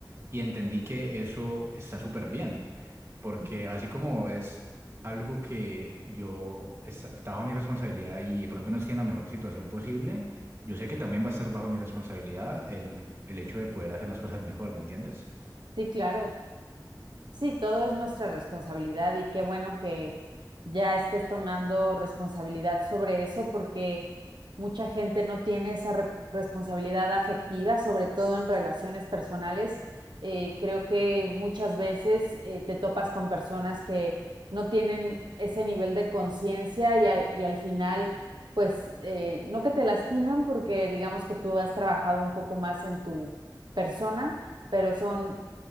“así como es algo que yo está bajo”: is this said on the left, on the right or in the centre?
Right